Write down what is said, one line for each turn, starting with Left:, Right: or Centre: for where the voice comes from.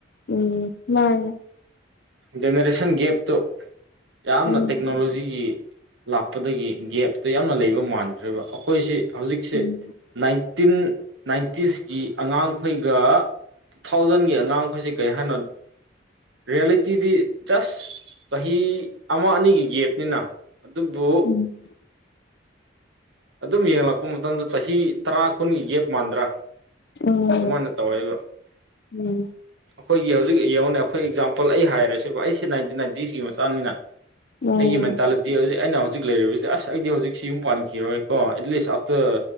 Left: ꯎꯝ ꯃꯥꯅꯦ
Right: ꯖꯦꯅꯦꯔꯦꯁꯟ ꯒꯦꯞꯇꯨ ꯌꯥꯝꯅ
Left: ꯎꯝ
Right: ꯇꯦꯛꯅꯣꯂꯣꯖꯤꯒꯤ ꯂꯥꯛꯄꯗꯒꯤ ꯒꯦꯞꯇ ꯌꯥꯝꯅ ꯂꯩꯕ ꯃꯥꯟꯈ꯭ꯔꯦꯕ ꯑꯩꯈꯣꯏꯁꯤ ꯍꯧꯖꯤꯛꯁꯦ
Left: ꯎꯝ
Right: ꯅꯥꯏꯟꯇꯤꯟ ꯅꯥꯏꯟꯇꯤꯁꯀꯤ ꯑꯉꯥꯡꯈꯣꯏꯒ ꯇꯨ ꯊꯥꯎꯖꯟꯒꯤ ꯑꯉꯥꯡꯈꯣꯏꯁꯤ ꯀꯔꯤ ꯍꯥꯏꯅꯣ ꯔꯤꯌꯦꯂꯤꯇꯤꯗꯤ ꯖꯁ ꯆꯍꯤ ꯑꯃ ꯑꯅꯤꯒꯤ ꯒꯦꯞꯅꯤꯅ ꯑꯗꯨꯕꯨ
Left: ꯎꯝ
Right: ꯑꯗꯨꯝ ꯌꯦꯡꯂꯛꯄ ꯃꯇꯝꯗ ꯆꯍꯤ ꯇꯔꯥ ꯀꯨꯟꯒꯤ ꯒꯦꯞ ꯃꯥꯟꯗ꯭ꯔꯥ
Left: ꯎꯝ
Right: ꯑꯗꯨꯃꯥꯏꯅ ꯇꯧꯋꯦꯕ
Left: ꯎꯝ
Right: ꯑꯩꯈꯣꯏꯒꯤ ꯍꯧꯖꯤꯛ ꯌꯦꯡꯉꯣꯅꯦ ꯑꯩꯈꯣꯏ ꯑꯦꯛꯖꯥꯝꯄꯜ ꯑꯩ ꯍꯥꯏꯔꯁꯤ ꯑꯩꯁꯦ ꯅꯥꯏꯟꯇꯤ ꯅꯥꯏꯟꯇꯀꯤ ꯃꯆꯥꯅꯤꯅ
Left: ꯎꯝ
Right: ꯑꯩ ꯃꯅꯦ ꯇꯂ <unintelligible> ꯑꯩꯅ ꯍꯧꯖꯤꯛ ꯂꯩꯔꯤꯕꯁꯤꯗꯤ ꯑꯁ ꯑꯩꯗꯤ ꯍꯧꯖꯤꯛꯁꯤ ꯌꯨꯝ ꯄꯥꯟꯈꯤꯔꯣꯏ ꯀꯣ ꯑꯦꯠꯂꯤꯁ ꯑꯥꯐꯇꯔ